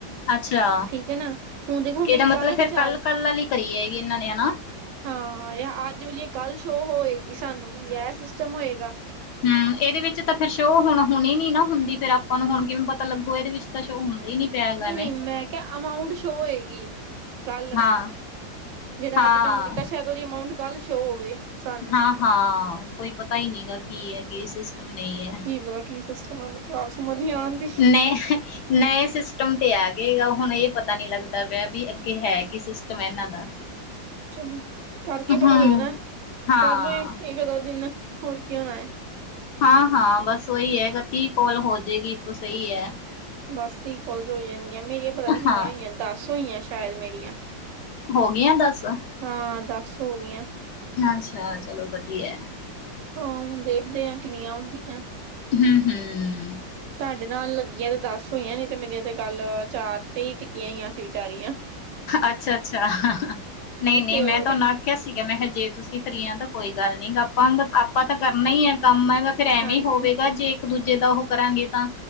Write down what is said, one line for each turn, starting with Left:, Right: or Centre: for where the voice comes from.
Left: ਅੱਛਾ।
Right: ਠੀਕ ਹੈ ਨਾ ਹੁਣ ਦੇਖੋ
Left: ਇਹਦਾ
Right: ਮੇਰੀ
Left: ਮਤਲਬ
Right: ਕੱਲ
Left: ਫੇਰ
Right: ਵਿਚਾਰ
Left: ਕੱਲ-ਕੱਲ ਆਲੀ ਕਰੀ ਹੈਗੀ ਇਹਨਾਂ ਨੇ, ਹਨਾ।
Right: ਹਾਂ ਯਾ ਅੱਜ ਵਾਲੀ ਕੱਲ੍ਹ ਸ਼ੋਅ ਹੋੲਗੀ ਸਾਨੂੰ ਯਾ ਇਹ ਸਿਸਟਮ ਹੋਏਗਾ।
Left: ਹਮ। ਇਹਦੇ ਵਿੱਚ ਤਾਂ ਫੇਰ ਸ਼ੋਅ ਹੁਣ ਹੁਣੀ ਨੀ ਨਾ ਹੁੰਦੀ। ਫੇਿਰ ਆਪਾਂ ਨੂੰ ਹੁਣ ਕਿਵੇਂ ਪਤਾ ਲੱਗੂ? ਇਹਦੇ ਵਿੱਚ ਤਾਂ ਸ਼ੋਅ ਹੁੰਦੇ ਈ ਨੀ। ਪਿਆ ਹੈਗਾ
Right: ਨਹੀਂ-ਨਹੀਂ।
Left: ਐਵੇਂ
Right: ਮੈਂ ਕਿਹਾ ਅਮਾਊਂਟ ਸ਼ੋਅ ਹੋਏਗੀ। ਕੱਲ
Left: ਹਾਂ
Right: ਜਿਹੜਾ
Left: ਹਾਂ
Right: ਅੱਜ ਕੰਮ ਕੀਤਾ ਸ਼ਾਇਦ ਉਹਦੀ ਅਮਾਊਂਟ ਕੱਲ ਸ਼ੋਅ ਹੋਵੇ। ਸਾਨੂੰ
Left: ਹਾਂ-ਹਾਂ। ਕੋਈ ਪਤਾ ਈ ਨਹੀਂ ਗਾ ਕੀ ਐ ਕੀ ਸਿਸਟਮ ਨਹੀਂ ਐ।
Right: ਕੀ ਪਤਾ ਕੀ ਸਿਸਟਮ ਆ ਮੈਨੂੰ ਤਾਂ ਆਪ ਸਮਝ ਨੀ ਆਉਣਦੀ।
Left: ਨਹੀਂ ਨਏ ਸਿਸਟਮ ਤੇ ਆ ਗਏਗਾ ਹੁਣ ਇਹ ਪਤਾ ਨੀ ਲੱਗਦਾ ਪਿਆ ਵੀ ਅੱਗੇ ਹੈ ਕੀ ਸਿਸਟਮ ਇਹਨਾਂ ਦਾ।
Right: <inaudible> ਚਲੋ ਕਰਕੇ
Left: ਹਮ
Right: ਪਤਾ ਲੱਗਣੈ।
Left: ਹਾਂ
Right: ਕਰ ਲੋ ਇੱਕ ਦੋ ਦਿਨ ਹੋਰ ਕੀ ਹੋਣਾ ਐ?
Left: ਹਾਂ-ਹਾਂ। ਬਸ ਉਹੀ ਹੈਗਾ ਤੀਅ ਕਾਲ ਹੋ ਜਾਏਗੀ ਤੋ ਸਹੀ ਐ।
Right: ਬਸ ਤੀਅ ਕੋਲ ਹੋ ਜਾਣਗੀਆਂ ਮੇਰੀਆਂ ਪਤਾ ਨੀ ਕਿੰਨੀਆਂ
Left: ਹਾਂ
Right: ਹੋਈਆਂ ਦੱਸ ਹੋਈਆਂ ਸ਼ਾਇਦ ਮੇਰੀਆਂ।
Left: ਹੋ ਗਈਆਂ ਦੱਸ?
Right: ਹਾਂ ਦੱਸ ਹੋ ਗਈਆਂ।
Left: ਅੱਛਾ। ਚਲੋ ਵਧੀਐ।
Right: ਹਾਂ ਹੁਣ ਦੇਖਦੇ ਆ ਕਿੰਨੀਆਂ ਹੁੰਦੀਐ?
Left: ਹਮ-ਹਮ।
Right: ਤੁਹਾਡੇ ਨਾਲ ਲੱਗੀਆਂ ਤੇ ਦੱਸ ਹੋਈਆਂ ਨੇ ਤੇ ਮੇਰੀਆਂ ਤਾਂ ਕਲ ਚਾਰ ਤੇ ਈ ਟਿੱਕੀਆਂ ਹੋਈਆਂ ਸੀ ਵਿਚਾਰੀ ਆ।
Left: ਅੱਛਾ-ਅੱਛਾ। ਨਹੀਂ-ਨਹੀਂ
Right: ਤੇ
Left: ਮੈਂ
Right: ਹੋਰ
Left: ਤੁਹਾਡੇ ਨਾਲ ਕਿਆ ਸੀਗਾ ਮੈਂ ਕਿਹਾ ਜੇ ਤੁਸੀਂ ਕਰੀਆਂ ਤਾਂ ਕੋਈ ਗੱਲ ਨਈ ਆਪਾਂ ਤਾਂ ਆਪਾ ਕਰਨਾ ਹੀ ਹ ਕੰਮ ਫੇਰ ਐਮੀ
Right: ਹਾਂਜੀ
Left: ਹੋਵੇਗਾ
Right: ਹਾਂਜੀ
Left: ਜੇ ਇੱਕ-ਦੂਜੇ ਦਾ ਓਹ ਕਰਾਂਗੇ ਤਾਂ